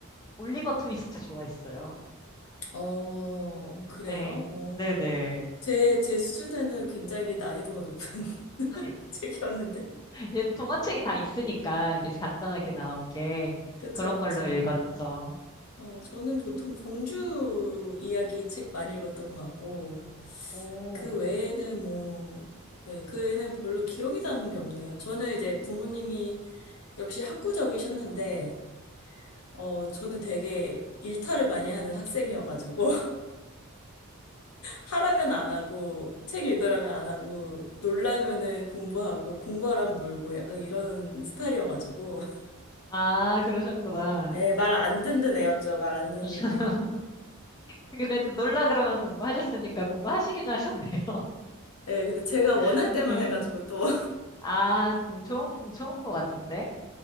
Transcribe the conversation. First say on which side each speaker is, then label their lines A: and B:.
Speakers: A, on the left (about 20°); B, on the left (about 75°).
A: 올리버 트위스트 좋아했어요.
B: 어, 어, 그래요?
A: 예.
B: 어,
A: 네네.
B: 제, 제 수준에는 굉장히 난이도가 높은 <laughs>
A: 예,
B: 책이었는데.
A: 예, 동화책이 다 있으니까 이게 간단하게 나온 게
B: 그쵸,
A: 그런
B: 그쵸.
A: 걸로 읽었죠.
B: 어, 저는 보통 봉주 이야기 책 많이 읽었던 것 같고,
A: 오.
B: 그 외에는 뭐, 네, 그 외에는 별로 기억이 나는 게 없네요. 저는 이제 부모님이 역시 학구적이셨는데, 어, 저는 되게 일탈을 많이 하는 학생이어가지고, <laughs> 하라면 안 하고, 책 읽으라면 안 하고, 놀라면은 공부하고, 공부하라면 놀고, 약간 이런 스타일이어가지고, <laughs>
A: 아, 그러셨구나.
B: 네, 말 안 듣는 애였죠. 말 안 듣는
A: <laughs>
B: 애.
A: 그래도 놀라 그러면 공부하셨으니까 공부하시긴 하셨네요.
B: 네, 근데 제가 원할
A: <laughs>
B: 때만
A: 네.
B: 해가지고 또,
A: 아, 네. 좋은, 좋은 것 같은데?